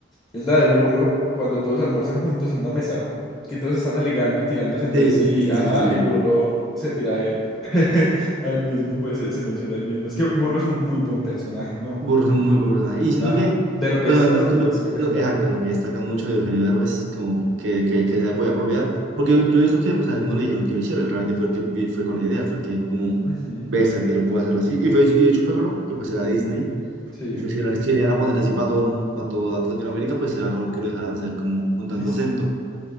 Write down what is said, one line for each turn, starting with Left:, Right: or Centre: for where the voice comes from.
Left: es la de Burro, cuando todos almuerzan juntos en una mesa, que todos están alegando y tirándose entre
Right: sí,
Left: sí,
Right: sí, sí,
Left: ajá,
Right: sí, sí.
Left: y Burro se tira a él. <laughs> A él mismo, pues se, se menciona a él mismo. Es que Burro es un muy buen personaje, ¿no?
Right: Burro, muy burro Y siento
Left: Ajá.
Right: que,
Left: Derbez
Right: pues obviamente
Left: lo hace
Right: lo
Left: muy
Right: que, lo,
Left: espectacular.
Right: lo- exacto, lo que destaca mucho de Eugenio Derbez, como que, que, que se podía apropiar, porque yo he visto que pues a él no le dijeron que lo hiciera, él realmente fue el que vi- fue con la idea, fue el que dijo como,
Left: Ujú,
Right: ves, que yo puedo hacerlo así, y, fue, y de hecho fue raro, que pues era Disney,
Left: Sí,
Right: y pues si, era, si le iban a poner así para todo, el mu- para toda Latinoamérica, pues era raro que lo dejaran hacer como con tanto
Left: Disney.
Right: acento,